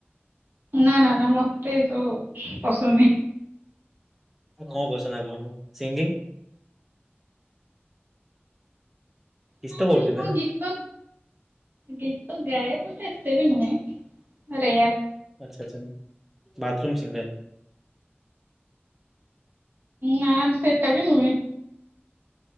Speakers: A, on the right; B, in the centre.
A: ନା ନା ନା ମତେ ତ ପସନ୍ଦ ନାହିଁ।
B: କଣ ପସନ୍ଦ ଆପଣଙ୍କୁ ସିଙ୍ଗିଙ୍ଗ? କିଛି
A: ନା
B: ତ
A: ନା
B: କରୁଥିବେ
A: ହଁ ଗୀତ ଗୀତ ଗାଏ ପଛେ। ସେ ବି ନୁହେଁ ଆରେ ୟାର
B: ଆଛା ଆଛା ବାଥରୁମ୍ ସିଙ୍ଗର।
A: ନା ସେଟା ବି ନୁହେଁ।